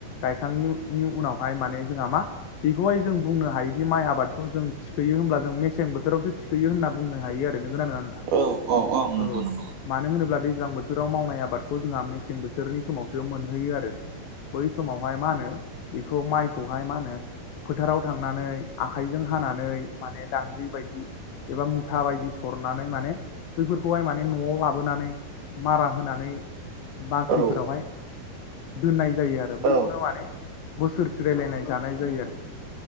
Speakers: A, on the left; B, on the right.
A: गायखांनायनिनायनि उनावहाय माने जोंहा मा बेखौहाय जों बुंनो हायोदि माइ आबादखौ जों थिखोयो हब्ला जों मेसें बोथोरावसो थिखायो सोयो होनना बुंनो हायो आरो नोंगोनना नङा नोंथां
B: औ औ नंगौ
A: औ
B: नंगौ
A: मानो होनोब्ला दैज्लां बोथोराव मावनाय आबादखौ जोंहा मेसे ं बोसोरनि समावसो मोनहैयो आरो बै समावहाय मा होनो बेखौ माइखौहाय मा होनो फोथाराव थांनानै आ आ हखाइजों हानानै माने दांग्रि बायदि एबा मुथा बायदि सरनानै माने बैफोरखौहाय माने न'आव लाबोनानै मारा होनानै बाख्रिफोरावहाय
B: औ
A: दोननाय जायो आरो बैखौनो
B: औ
A: माने बोसोर फिरायलायनाय जानाय जायो आरो